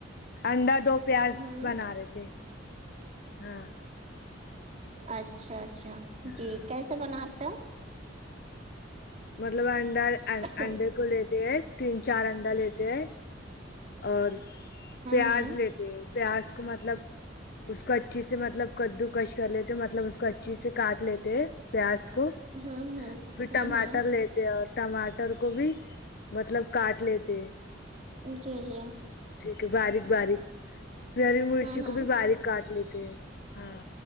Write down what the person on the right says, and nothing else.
ہوں
اچھا اچھا
جی کیسے بناتے ہو
ہوں
ہوں
ہوں ہوں
ہوں
ہوں
جی جی
ہوں ہوں